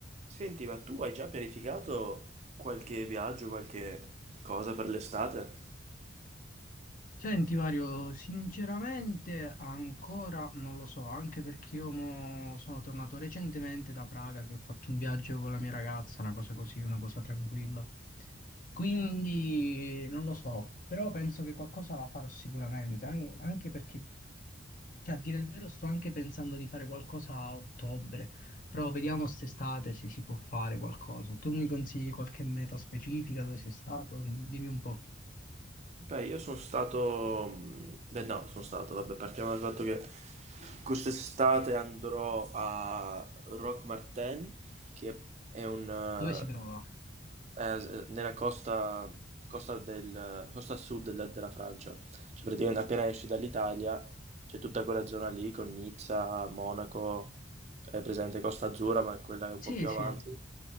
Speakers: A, on the right; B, on the left.
A: Senti, ma tu hai già pianificato qualche viaggio, qualche cosa per l'estate?
B: Senti Mario, sinceramente ancora non lo so, anche perché io mo sono tornato recentemente da Praga che ho fatto un viaggio con la mia ragazza, una cosa così, una cosa tranquilla. Quindi non lo so, però penso che qualcosa la farò sicuramente, an- anche perché, cioè a dire il vero, sto anche pensando di fare qualcosa a ottobre, però vediamo quest'estate se si può fare qualcosa. Tu mi consigli qualche meta specifica dove sei stato? Dimmi un po'
A: Beh, io sono stato... Beh, no, sono stato, vabbè, partiamo dal fatto che quest'estate andrò a Roque Martin, che è un...
B: dove si trova?
A: eh, è nella costa, costa, del, costa sud della, della Francia. Cioè, praticamente appena esci dall'Italia c'è tutta quella zona lì con Nizza, Monaco, è presente Costa Azzurra, ma quella è un
B: Sì,
A: po' più
B: sì.
A: avanti.